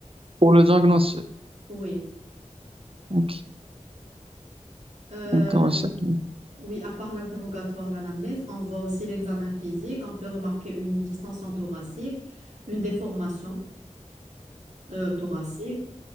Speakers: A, on the right; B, on the right.
A: pour le diagnostic.
B: Oui.
A: Ok.
B: Euh,
A: Donc, ouais, c'est- tout.
B: oui, à part l'interrogatoire, l'anamnèse, on voit aussi l'examen physique. On peut remarquer une distension thoracique, une déformation euh, thoracique,